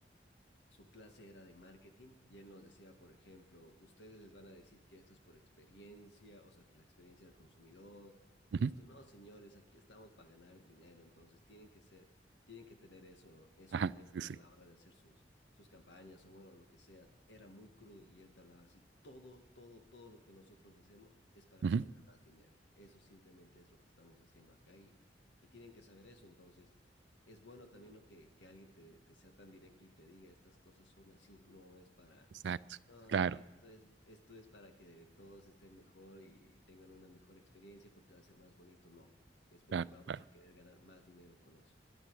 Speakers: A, on the left; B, on the right.
A: su clase era de marketing y él nos decía, por ejemplo, ustedes les van a decir que esto es por experiencia, o sea, que la experiencia del consumidor
B: ujú,
A: y esto, no, señores, aquí estamos para ganar dinero, entonces tienen que ser, tienen que tener eso, eso
B: ajá,
A: en mente
B: sí, sí.
A: a la hora de hacer sus, sus campañas o bueno, lo que sea. Era muy crudo y él te hablaba así, todo, todo, todo lo que nosotros hacemos es para
B: ujú,
A: generar más dinero. Eso simplemente es lo que estamos haciendo acá y, y tienen que saber eso, entonces es bueno también ¿no? que, que alguien te, te sea tan directo y te diga estas cosas son así, no es para,
B: Exacto,
A: no,
B: claro.
A: es que esto es, esto es para que todos estén mejor y tengan una mejor experiencia porque va a ser más bonito, no, es porque
B: Claro,
A: vamos
B: claro.
A: a querer ganar más dinero con eso.